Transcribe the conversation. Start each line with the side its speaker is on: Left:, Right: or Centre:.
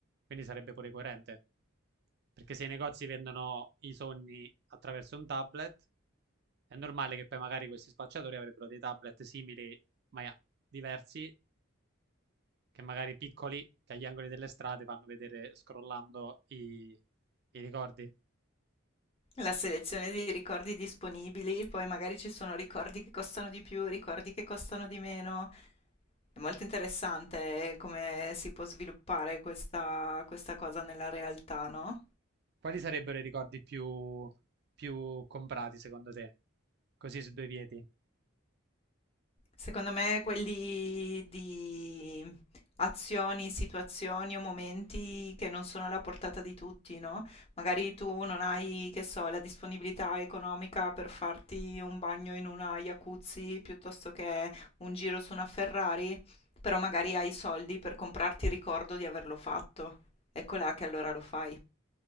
Right: quindi sarebbe pure coerente. Perché se i negozi vendono i sogni attraverso un tablet, è normale che poi magari questi spacciatori avrebbero dei tablet simili, ma diversi, che magari piccoli, che agli angoli delle strade fanno vedere scrollando i, i ricordi.
Left: La selezione di ricordi disponibili, poi magari ci sono ricordi che costano di più, ricordi che costano di meno. È molto interessante come si può sviluppare questa, questa cosa nella realtà, no?
Right: Quali sarebbero i ricordi più, più comprati secondo te? Così su due piedi.
Left: Secondo me quelli di azioni, situazioni o momenti che non sono alla portata di tutti, no? Magari tu non hai, che so, la disponibilità economica per farti un bagno in una jacuzzi piuttosto che un giro su una Ferrari, però magari hai i soldi per comprarti il ricordo di averlo fatto. Ecco là che allora lo fai.